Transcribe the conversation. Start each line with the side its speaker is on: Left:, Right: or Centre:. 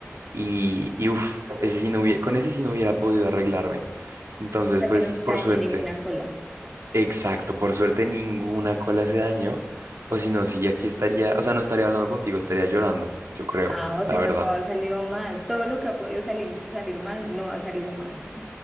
Right: Y, y uff, ese sí no hubie- con ese sí no hubiera podido arreglarme. Entonces,
Centre: O sea,
Right: pues
Centre: que no se te
Right: por
Centre: dañó
Right: suerte,
Centre: ninguna cola.
Right: exacto, por suerte ninguna cola se dañó. O si no, sí, aquí estaría, o sea, no estaría hablando contigo, estaría llorando, yo creo,
Centre: Ah, o sea,
Right: la verdad.
Centre: no todo ha salido mal. Todo lo que ha podido salir, salir mal no ha salido mal.